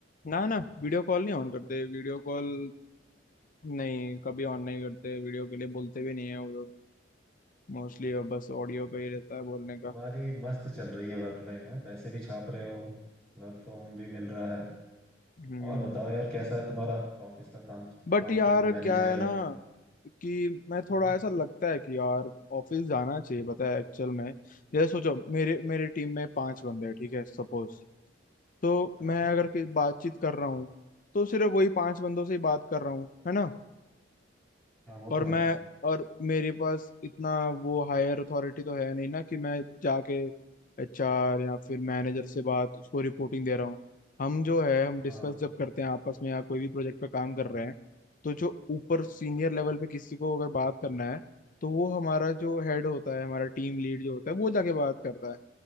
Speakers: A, on the left; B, in the centre.
A: ना ना वीडियो कॉल नहीं ऑन करते वीडियो कॉल नहीं कभी ऑन नहीं करते वीडियो के लिए बोलते भी नहीं है वो लोग मोस्टली बस ऑडियो का ही रहता है बोलने का
B: तुम्हारी मस्त चल रही है वर्क लाइफ है पैसे भी छाप रहे हो वर्क फ्रॉम होम भी मिल रहा है
A: हम्म
B: और बताओ यार कैसा है तुम्हारा ऑफिस का काम
A: बट
B: काम
A: यार
B: धाम
A: क्या
B: मैनेजर
A: है ना कि मैं थोड़ा
B: हम्म
A: ऐसा लगता है कि यार ऑफिस जाना चाहिए पता है एक्चुअल में जैसे सोचो मेरे मेरी टीम में पांच बंदे हैं ठीक है सपोज तो मैं
B: अच्छा
A: अगर कि- बातचीत कर रहा हूँ तो सिर्फ वही पांच बंदों से ही बात कर रहा हूँ है ना
B: हाँ वो
A: और
B: तो है
A: मैं और मेरे पास इतना वो हायर अथॉरिटी तो है नहीं ना कि मैं जाके एचआर या फिर मैनेजर से बात उसको रिपोर्टिंग दे रहा हूँ हम जो है हम डिस्कस
B: हाँ
A: जब करते हैं आपस में या कोई भी प्रोजेक्ट पे काम कर रहे हैं तो जो ऊपर सीनियर लेवल पे किसी को अगर बात करना है तो वो हमारा जो हेड होता है हमारा टीम लीड जो होता है वो जाके बात करता है